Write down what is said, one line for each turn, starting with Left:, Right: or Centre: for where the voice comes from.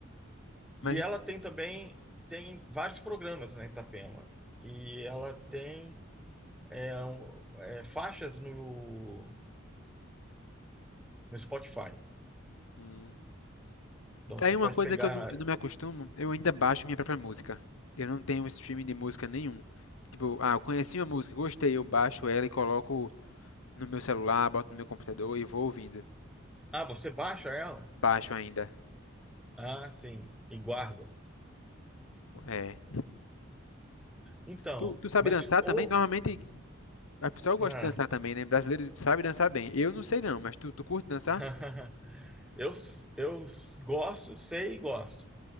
Left: Mas
Centre: E
Left: e-
Centre: ela tem também tem vários programas na Itapema. E ela tem é, um, é, faixas no, no Spotify.
Left: hum,
Centre: Então
Left: Tem
Centre: você
Left: uma
Centre: pode
Left: coisa
Centre: pegar.
Left: que eu não, eu não me acostumo, eu ainda baixo minha própria música. Eu não tenho streaming de música nenhum. Tipo, ah, eu conheci uma música, gostei, eu baixo ela e coloco no meu celular, boto no meu computador e vou ouvindo.
Centre: Ah, você baixa ela?
Left: Baixo ainda.
Centre: Ah, sim, e guarda.
Left: É.
Centre: Então,
Left: Tu, tu sabe
Centre: mas
Left: dançar
Centre: ou
Left: também? Normalmente a pessoa gosta
Centre: ah,
Left: de dançar também, né? Brasileiro sabe dançar bem. Eu não sei não, mas tu, tu curte dançar?
Centre: <laughs> eu, eu gosto, sei e gosto.